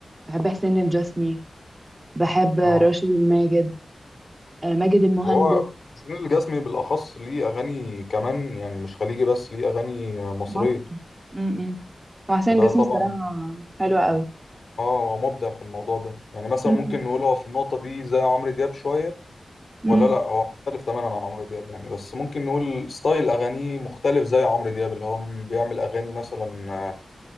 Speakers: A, on the right; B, on the left.
A: بحب حسين الجسمي بحب راشد
B: اه
A: الماجد آه، ماجد المهندس
B: وهو زين الجسمي بالأخص ليه أغاني كمان يعني مش خليجي بس ليه أغاني مصرية
A: مصري م-م. هو حسين
B: فده
A: الجسمي
B: طبعا
A: الصراحة حلوة قوي
B: اه هو مبدع في الموضوع ده يعني مثلا
A: م-
B: ممكن نقول هو في النقطة دي زي عمرو دياب شوية
A: م-
B: ولا لا هو مختلف تماما عن عمرو دياب يعني بس ممكن نقول ستايل أغانيه مختلف زي عمرو دياب اللي هو بيعمل أغاني مثلا